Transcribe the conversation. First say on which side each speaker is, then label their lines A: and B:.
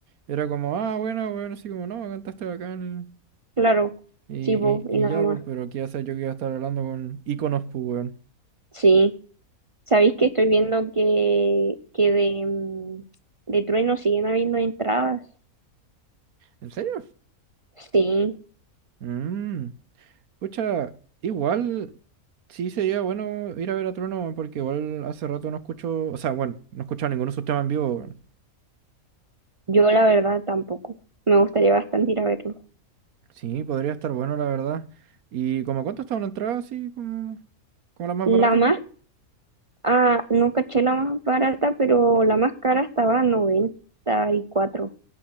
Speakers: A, on the right; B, on the right.
A: era como, ah, bueno, bueno, así como, no, cantaste bacán.
B: Claro,
A: eh,
B: sí, po,
A: Y,
B: y
A: y,
B: nada
A: y ya,
B: más.
A: pues, pero qué hacer yo que iba a estar hablando con íconos, pues, weón.
B: Sí. Sabéis que estoy viendo que, que de, mm, de Trueno siguen habiendo entradas.
A: ¿En serio?
B: Sí,
A: Mmm. Pucha, igual sí sería bueno ir a ver a Trueno, weón, porque igual hace rato no escucho, o sea, bueno, no he escuchado ninguno de sus temas en vivo, weón.
B: yo la verdad tampoco. Me gustaría bastante ir a verlo.
A: Sí, podría estar bueno, la verdad. ¿Y como cuánto está una entrada así, como, como la más
B: La
A: barata?
B: más, ah, no caché la más barata, pero la más cara estaba a noventa y cuatro